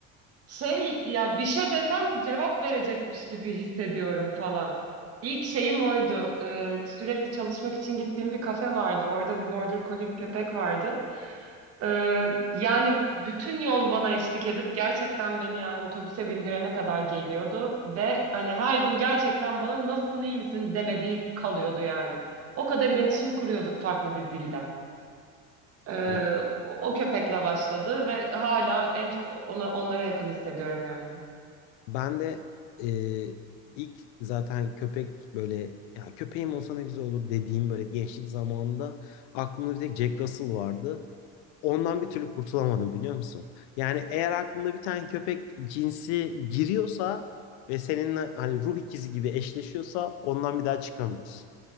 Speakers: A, on the right; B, on the left.
A: Şey ya bir şey desem cevap verecekmiş gibi hissediyorum falan. İlk şeyim oydu. Ee, sürekli çalışmak için gittiğim bir kafe vardı. Orada bir border collie köpek vardı. Ee, yani bütün yol bana eşlik edip gerçekten beni yani otobüse bindirene kadar geliyordu. Ve hani her gün gerçekten bana nasılsın iyi misin demediği kalıyordu yani. O kadar iletişim kuruyorduk farklı bir dilden. Ee,
B: Ya
A: o, o köpekle başladı ve hala en çok ona, onlara yakın hissediyorum yani.
B: ben de e, ilk zaten köpek böyle ya köpeğim olsa ne güzel olur dediğim böyle gençlik zamanında aklımda bir tek Jack Russell vardı. Ondan bir türlü kurtulamadım biliyor musun? Yani eğer aklında bir tane köpek cinsi giriyorsa ve seninle hani ruh ikizi gibi eşleşiyorsa ondan bir daha çıkamıyorsun.